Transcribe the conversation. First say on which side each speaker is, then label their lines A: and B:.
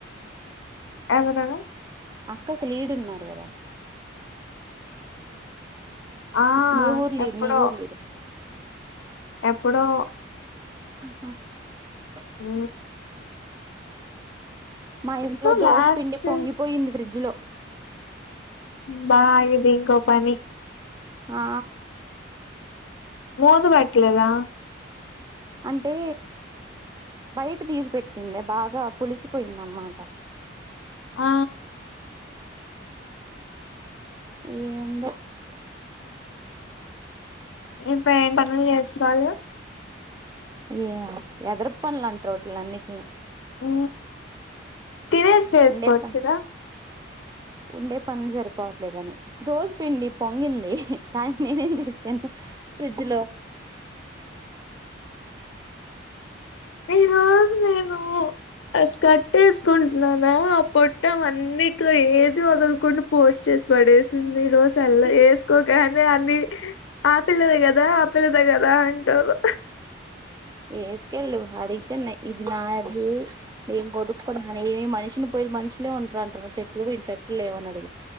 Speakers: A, on the left (about 80°); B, on the right (about 20°).
A: ఎవరూ
B: అక్కత్లీడున్నారు కదా
A: ఆ!
B: మీ ఊర్లీడు
A: ఎప్పుడో,
B: మీ ఊరులీడు
A: ఎప్పుడో
B: ఆహా
A: హ
B: మా ఇంట్లో దోశ
A: లాస్ట్
B: పిండి పొంగిపోయింది ఫ్రిడ్జ్ లో
A: బా ఇది ఇంకోపని
B: ఆ
A: మూత పెట్లేదా
B: అంటే బయట తీసి పెెట్టిందే బాగా పులిసిపోయింద అన్నమాట
A: ఆ
B: ఏందో
A: ఇంకా ఏం పనులు చేసుకోవాలి
B: ఏ ఎదరు పనులు అంటారు <unintelligible> అన్నింటిని
A: ఉ తినేసి చేసుకోవచ్చుగా
B: ఉండే పని ఉండే పనులు సరిపోవట్లేదని దోసి పిండి పొంగింది దానికి నేనేం చేసాను ఫ్రిడ్జ్ లో
A: ఈ రోజు నేను స్కర్ట్ వేసుకుంటున్నానా ఆ పొట్టం అన్నీ నీక్ లో ఏది వదలుకుండా పోస్ట్ చేసి పడేసింది రోజు అల్లా వేసుకోగానే అని ఆ పిల్లదే కదా ఆ పిల్లదే కదా అంటారు
B: వేసుకెళ్ళు అడిగితే ఇది నాది నేను కొడుకుడామి మనిషిని పోయి మనుషులే ఉంటారు అంటారు చెట్లు కొ చెట్లు లేవని అడిగు